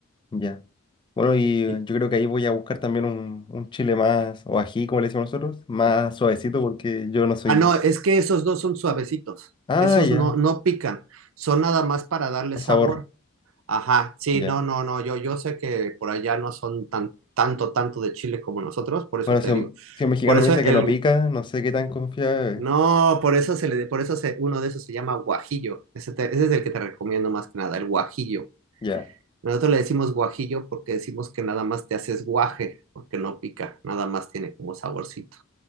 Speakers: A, on the left; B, on the right.
A: ya. Bueno, y eh,
B: Y-
A: yo creo que ahí voy a buscar también un, un chile más, o ají, como le decimos nosotros, más suavecito, porque yo no soy.
B: ah, no, es que esos dos son suavecitos.
A: Ah,
B: Esos
A: ya,
B: no, no pican. Son nada más para darle
A: el
B: sabor.
A: sabor,
B: Ajá, sí,
A: ya.
B: no, no, no. Yo, yo sé que por allá no son tan, tanto, tanto de chile como nosotros, por eso
A: Bueno,
B: te
A: si un,
B: digo.
A: si un mexicano
B: Por eso
A: me dice que
B: el,
A: no pica, no sé qué tan confiable.
B: no, por
A: es.
B: eso se le, por eso se, uno de esos se llama guajillo. Ese, te- ese es el que te recomiendo más que nada, el guajillo.
A: Ya.
B: Nosotros le decimos guajillo porque decimos que nada más te haces guaje, porque no pica, nada más tiene como saborcito.